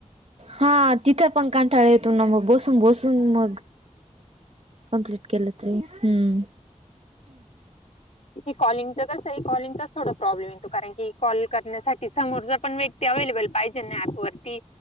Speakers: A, on the right; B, on the left.
A: हा तिथं पण कांठाळा येतो ना मग बसून बसून मग. कंप्लीट केलं तरी हम्म
B: हे कॉलिंगच कस कॉलिंगचाच थोडा प्रॉब्लेम येतो कारण की कॉल करण्यासाठी समोरचा पण व्यक ते अवेलेबल पाहिजे ना आक वरती